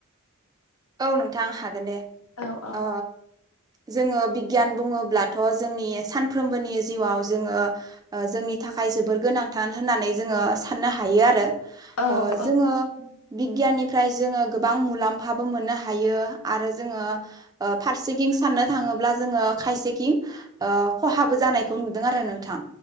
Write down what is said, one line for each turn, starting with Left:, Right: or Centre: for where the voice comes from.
Right: औ नोंथां हागोन दे।
Left: औ औ
Right: ओ जोङो बि गियान बुङोब्लाथ' जोंनि सानफ्रोमबोनि जिउआव जोङो ओ जोंनि थाखाय जोबोर गोनां थार होननानै जोङो साननो हायो आरो।
Left: औ
Right: ओ
Left: औ
Right: जोङो बिगियाननिफ्राय जोङो गोबां मुलाम्फा बो मोननो हायो आरो जोङो ओ फारसेथिं साननो थाङोब्ला जोङो खायसेथिं ओ खहाबो जानायखौ नुदों आरो नोंथां।